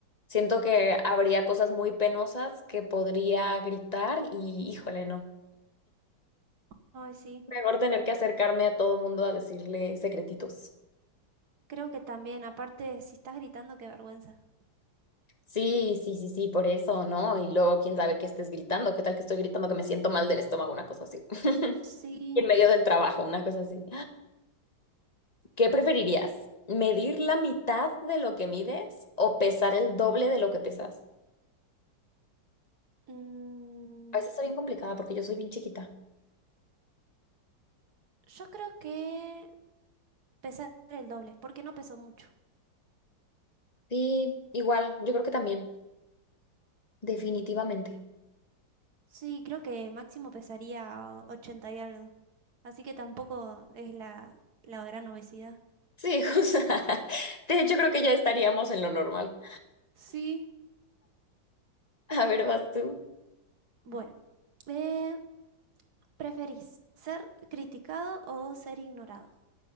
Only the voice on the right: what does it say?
ay, sí.
Creo que también. Aparte, si estás gritando, qué vergüenza.
Sí.
mm,
yo creo que pesar el doble, porque no pesó mucho.
Sí, creo que máximo pesaría 80 y algo. Así que tampoco es la, la gran obesidad.
Sí.
Bueno, eh, ¿preferís ser criticado o ser ignorado?